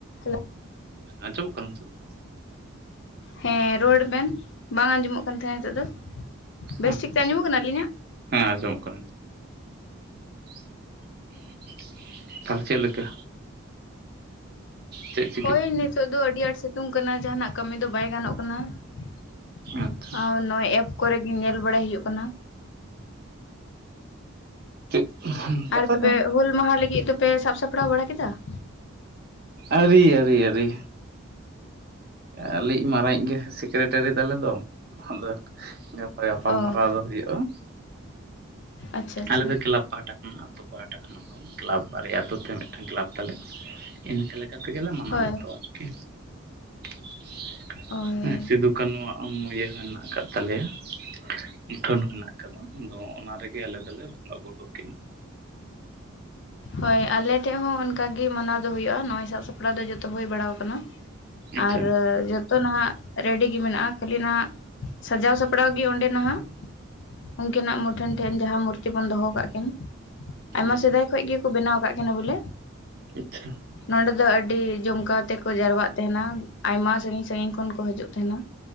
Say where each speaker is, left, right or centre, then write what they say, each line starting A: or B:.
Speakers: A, on the left; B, on the right.
A: ᱦᱮᱞᱳ
B: ᱟᱸᱡᱚᱢᱚᱜ ᱠᱟᱱᱟ ᱱᱤᱛᱚᱜ ᱾
A: ᱦᱮᱸ ᱨᱚᱲ ᱵᱮᱱ ᱾ ᱵᱟᱝ ᱟᱸᱡᱚᱢᱚᱜ ᱠᱟᱱ ᱛᱟᱦᱮᱸ ᱱᱤᱛᱚᱜ ᱫᱚ, ᱵᱮᱥ
B: ᱟᱪᱪᱷᱟ
A: ᱴᱷᱤᱠᱛᱮ ᱟᱸᱡᱚᱢᱚᱜ ᱠᱟᱱᱟ ᱟᱹᱞᱤᱧᱟᱜ?
B: ᱦᱮᱸ ᱟᱸᱡᱚᱢᱚᱜ ᱠᱟᱱᱟ ᱾ ᱛᱷᱟᱞᱮ ᱪᱮᱫᱞᱮᱠᱟ ᱪᱮᱜ?
A: ᱦᱳᱭ ᱱᱤᱛᱚᱜ ᱫᱚ ᱟᱹᱰᱤ ᱟᱸᱴ ᱥᱤᱛᱩᱝ ᱠᱟᱱᱟ ᱡᱟᱸᱦᱟᱱᱟᱜ ᱠᱟᱹᱢᱤ ᱫᱚ ᱵᱟᱭ ᱜᱟᱱᱚᱜ ᱠᱟᱱᱟ ᱾
B: ᱟᱪᱪᱷᱟ
A: ᱚ ᱱᱚᱭ ᱮᱯ ᱠᱚᱨᱮ ᱜᱮ ᱧᱮᱞ ᱵᱟᱲᱟᱭ ᱦᱩᱭᱩᱜ ᱠᱟᱱᱟ ᱾
B: ᱪᱮᱫ ᱠᱟᱛᱷᱟ
A: ᱟᱨ ᱛᱚᱵᱮ
B: ᱠᱟᱱ
A: ᱦᱩᱞ ᱢᱟᱦᱟ ᱞᱟᱹᱜᱤᱫ ᱫᱚᱯᱮ ᱥᱟᱵ ᱥᱟᱯᱲᱟᱣ ᱵᱟᱲᱟ ᱠᱮᱫᱟ ᱾
B: ᱟᱹᱨᱤ ᱟᱹᱨᱤ ᱟᱹᱨᱤ, ᱟᱹᱞᱤᱡ ᱢᱟᱨᱟᱝᱤᱡ ᱜᱮ ᱥᱮᱠᱨᱮᱴᱟᱨᱤ ᱛᱟᱞᱮ ᱫᱚ ᱟᱫᱚ ᱚᱭ ᱟᱯᱟᱞᱢᱟᱨᱟᱣ
A: ᱚ
B: ᱫᱚ ᱦᱩᱭᱩᱜᱼᱟ ᱾
A: ᱟᱪᱪᱷᱟ ᱟᱪᱪᱷᱟ
B: ᱟᱞᱮ ᱫᱚ ᱠᱞᱟᱵᱽ ᱯᱟᱦᱴᱟ ᱠᱷᱚᱱ ᱟᱛᱩ ᱯᱟᱦᱴᱟ ᱠᱷᱚᱱ ᱫᱚ ᱠᱞᱟᱵᱽ ᱵᱟᱨᱭᱟ ᱟᱛᱩ ᱛᱮ ᱢᱤᱫᱴᱟᱝ ᱠᱞᱟᱵᱽ ᱛᱟᱞᱮ ᱾ ᱤᱱᱠᱟᱹ ᱞᱮᱠᱟ ᱛᱮᱜᱮᱞᱮ ᱢᱟᱱᱟᱣ
A: ᱦᱳᱭ
B: ᱵᱟᱛᱟᱣᱟ ᱟᱨᱠᱤ ᱾
A: ᱦᱳᱭ
B: ᱩᱸ ᱥᱤᱫᱩ ᱠᱟᱹᱱᱩ ᱣᱟᱜ ᱤᱭᱟᱹ ᱦᱚᱸ ᱦᱮᱱᱟᱜ ᱠᱟᱜ ᱛᱟᱞᱮᱭᱟ ᱾ ᱢᱩᱴᱷᱟᱹᱱ ᱦᱮᱱᱟᱜ ᱠᱟᱫᱟ ᱟᱫᱚ ᱚᱱᱟ ᱨᱮᱜᱮ ᱟᱞᱮ ᱫᱚᱞᱮ ᱵᱚᱸᱜᱟ ᱵᱩᱨᱩ ᱠᱤᱱ ᱾
A: ᱦᱳᱭ ᱟᱞᱮ ᱴᱷᱮᱡ ᱦᱚᱸ ᱚᱱᱠᱟ ᱜᱮ ᱢᱟᱱᱟᱣ ᱫᱚ ᱦᱩᱭᱩᱜᱼᱟ ᱱᱚᱜᱼᱚᱭ ᱥᱟ ᱥᱟᱯᱲᱟᱣ ᱫᱚ ᱡᱚᱛᱚ ᱦᱳᱭ ᱵᱟᱲᱟᱣ ᱠᱟᱱᱟ ᱾
B: ᱟᱪᱪᱷᱟ
A: ᱟᱨ ᱡᱷᱚᱛᱚ ᱱᱟᱦᱟᱸᱜ ᱨᱮᱰᱤ ᱜᱮ ᱢᱮᱱᱟᱜᱼᱟ, ᱠᱷᱟᱹᱞᱤ ᱱᱟᱜ ᱥᱟᱡᱟᱣ ᱥᱟᱯᱲᱟᱣ ᱜᱮ ᱚᱸᱰᱮ ᱱᱟᱦᱟᱜ ᱩᱝᱠᱤᱱᱟᱜ ᱢᱩᱴᱷᱟᱹᱱ ᱴᱷᱮᱱ ᱡᱟᱦᱟᱸ ᱢᱩᱨᱛᱤ ᱵᱚᱱ ᱫᱚᱦᱚ ᱠᱟᱜ ᱠᱤᱱ ᱟᱭᱢᱟ
B: ᱦᱩᱸ
A: ᱥᱮᱫᱟᱭ ᱠᱷᱚᱡ ᱜᱮ ᱠᱚ ᱵᱮᱱᱟᱣ ᱠᱟᱜ ᱠᱤᱱᱟ ᱵᱚᱞᱮ
B: ᱟᱪᱪᱷᱟ
A: ᱱᱚᱸᱰᱮ ᱫᱚ ᱟᱹᱰᱤ ᱡᱚᱢᱠᱟᱣ ᱛᱮᱠᱚ ᱡᱟᱨᱣᱟᱜ ᱛᱮᱦᱮᱸᱱᱟ ᱟᱭᱢᱟ ᱥᱟᱺᱜᱤᱧ ᱥᱟᱺᱜᱤᱧ ᱠᱷᱚᱱ ᱠᱚ ᱦᱤᱡᱩᱜ ᱛᱮᱦᱮᱸᱱᱟ᱾